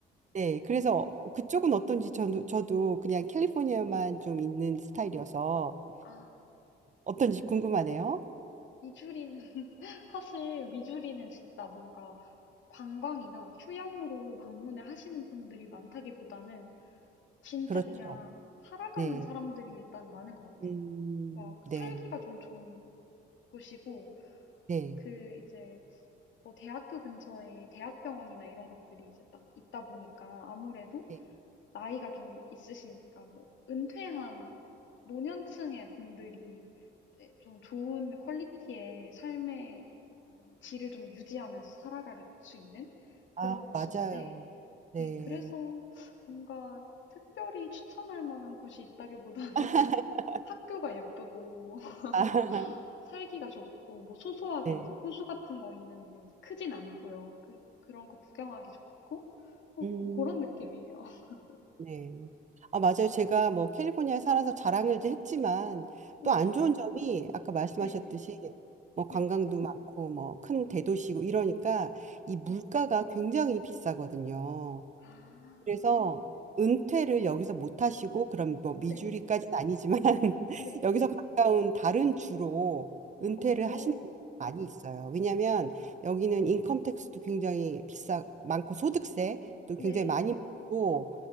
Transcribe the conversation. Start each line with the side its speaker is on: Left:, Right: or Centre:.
Right: 네, 그래서 그쪽은 어떤지 저도, 저도 그냥 캘리포니아만 좀 있는 스타일이어서
Left: 아,
Right: 어떤지 궁금하네요.
Left: 미주리는, <laughs> 사실 미주리는 진짜 뭔가 관광이나 휴양으로 방문을 하시는 분들이 많다기보다는 진짜
Right: 그렇죠.
Left: 그냥 살아가는
Right: 네,
Left: 사람들이 일단 많은 것 같아요.
Right: 음,
Left: 막
Right: 네,
Left: 살기가 좀 좋은 곳이고,
Right: 네,
Left: 그 이제 뭐 대학교 근처에 대학병원이나 이런 것들이 이제 딱 있다 보니까 아무래도
Right: 네.
Left: 나이가 좀 있으시니까 뭐 은퇴한 노년층의 분들이 이제 좀 좋은 퀄리티의 삶의 어, 질을 좀 유지하면서 살아갈 수 있는
Right: 아,
Left: 그런 곳인데,
Right: 맞아요. 네,
Left: 네, 그래서 뭔가 특별히 추천할 만한 곳이 있다기보다는 <laughs>
Right: <laughs>
Left: 학교가 예쁘고 <laughs>
Right: 아,
Left: 살기가 좋고 뭐 소소하게
Right: 네,
Left: 이제 호수 같은 거 있는데 이제 크진 않고요. 그, 그런 거 구경하기 좋고 뭐
Right: 음.
Left: 고- 그런 느낌이에요. <laughs>
Right: 네. 아, 맞아요. 제가 뭐 캘리포니아에 살아서 자랑을 이제 했지만
Left: 네,
Right: 또 안 좋은 점이 아까 말씀하셨듯이
Left: 네,
Right: 뭐
Left: 네,
Right: 관광도 많고 뭐 큰 대도시고 이러니까 이 물가가
Left: 네.
Right: 굉장히 비싸거든요.
Left: 아,
Right: 그래서 은퇴를 여기서 못 하시고 그럼 뭐 미주리까지는
Left: 네,
Right: 아니지만 <laughs>
Left: 네,
Right: 여기서
Left: 네.
Right: 가까운 다른 주로 은퇴를
Left: 오,
Right: 하시는 분들이 많이 있어요. 왜냐하면 여기는 인컴 텍스도 굉장히 비싸 많고 소득세도
Left: 네,
Right: 굉장히 많이 고